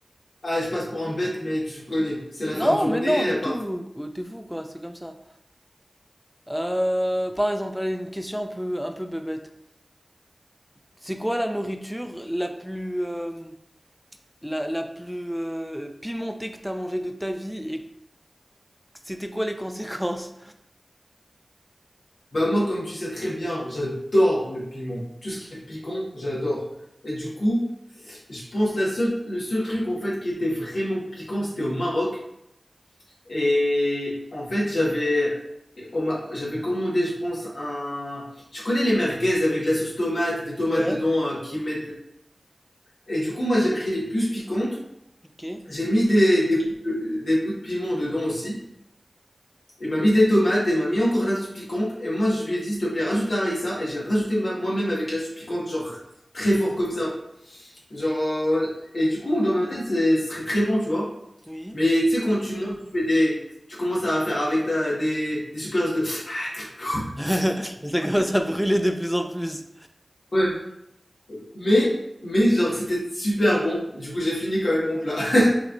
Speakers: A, on the left; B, in the centre.
A: Ah, je passe pour un bête, mais tu connais. C'est la
B: Non,
A: fin de journée,
B: mais non, du
A: euh, parfois.
B: tout, Oh, t'es fou, quoi, c'est comme ça. Euh, par exemple, allez, une question un peu, un peu bébête. C'est quoi la nourriture la plus, euh, La, la plus euh, pimentée que t'as mangée de ta vie et c'était quoi les conséquences?
A: Bah, moi, comme tu sais très bien, j'adore le piment. Tout ce qui est piquant, j'adore. Et du coup, je pense la seule, le seul truc en fait qui était vraiment piquant, c'était au Maroc. Et en fait, j'avais et on m'a- j'avais commandé, je pense, un... Tu connais les merguez avec de la sauce tomate, des tomates
B: Ouais,
A: dedans euh, qui mettent... Et du coup, moi, j'ai pris les plus piquantes.
B: ok,
A: J'ai mis des, des, bouts de des bouts de piment dedans aussi. Il m'a mis des tomates et m'a mis encore de la sauce piquante. Et moi, je lui ai dit, s'il te plaît, rajoute la raïssa Et j'ai rajouté ma- moi-même avec la sauce piquante, genre très fort comme ça. Genre, euh, Et du coup, dans ma tête, c'est- ce serait très bon, tu vois.
B: oui.
A: Mais tu sais, quand tu montes, tu fais des, tu commences à faire avec ta, des, des soupiraux de. <laughs>
B: <laughs> Ça commence à brûler de plus en plus.
A: Ouais, mais, mais genre, c'était super bon. Du coup, j'ai fini quand même mon plat. <laughs>